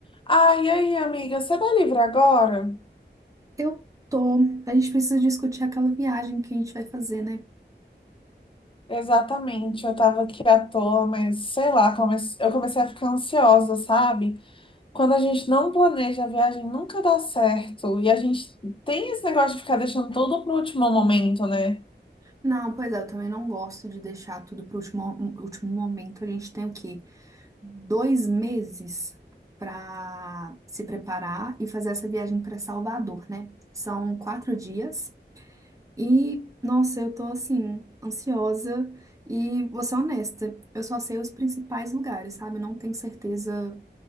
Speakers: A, on the left; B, on the right.
A: Ai, e aí, amiga, você tá livre agora?
B: Eu tô. A gente precisa discutir aquela viagem que a gente vai fazer, né?
A: Exatamente, eu tava aqui à toa, mas sei lá, come- eu comecei a ficar ansiosa, sabe? Quando a gente não planeja a viagem, nunca dá certo. E a gente tem esse negócio de ficar deixando tudo pro último momento, né?
B: Não, pois é, eu também não gosto de deixar tudo pro último, último momento. A gente tem o quê? Dois meses pra se preparar e fazer essa viagem pra Salvador, né? São quatro dias e, nossa, eu tô assim, ansiosa e vou ser honesta, eu só sei os principais lugares, sabe? Eu Não tenho certeza